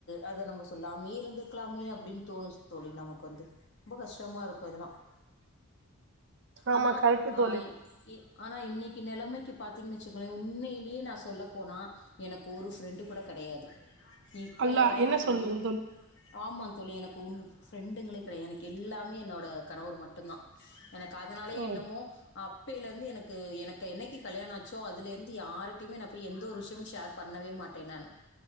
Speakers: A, on the left (about 55°); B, on the right (about 55°).
A: அதை நம்ம சொல்லாமே இருந்திருக்கலாமே அப்டின்னு தோணும் தோழி நமக்கு வந்து ரொம்ப கஷ்டமாக இருக்கும் அதெல்லாம்
B: ஆமா
A: அனா
B: கரெக்ட் தோழி
A: அ ப் இ ஆனா இன்னைக்கு நிலைமைக்கு பாத்தீங்கன்னு வச்சுங்களேன் உண்மையிலயே நா சொல்ல போனா எனக்கு ஒரு ஃப்ரெண்டு கூட கிடையாது இப்ப
B: அல்லா
A: வரையும்
B: என்ன சொல்லுங்க
A: தோழி ஆமா எனக்கு ஒரு ஃப்ரெண்டுங்களே கிடையாது எனக்கு எல்லாமே என்னோட கணவர் மட்டும் தான் எனக்கு அதனாலயே
B: ஓ
A: என்னமோ அப்பயிலே இருந்து எனக்கு எனக்கு என்னைக்கு கல்யாண ஆச்சோ அதுல இருந்து யாருக்கிட்டயுமே எந்த ஒரு விஷயமும் ஷேர் பண்ணவே மாட்டேன் நானு